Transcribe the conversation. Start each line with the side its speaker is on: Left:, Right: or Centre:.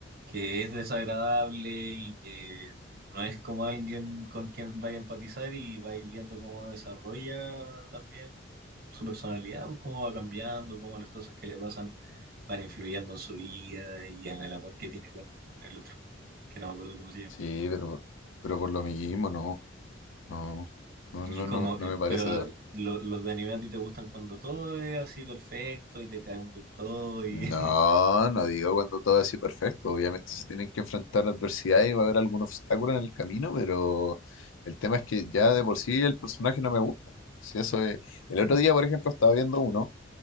Right: que es desagradable y que no es como alguien con quien vaya a empatizar y vais viendo cómo desarrolla también su personalidad, pues, cómo va cambiando, cómo las cosas que le pasan van influyendo en su vida y en el amor que tiene con el otro, que no me acuerdo cómo se llama.
Left: Sí, pero, pero por lo mismo, no, no, no,
Right: Y
Left: no,
Right: como,
Left: no, no
Right: eh,
Left: me parece.
Right: pero lo- los de anime a ti te gustan cuando todo es así perfecto y te caen bien todo y...
Left: No,
Right: <laughs>
Left: no digo cuando todo es así perfecto. Obviamente se tienen que enfrentar a adversidad y va a haber algún obstáculo en el camino, pero el tema es que ya de por sí el personaje no me gusta. Si eso es... El
Right: Ya,
Left: otro día, por ejemplo, estaba viendo uno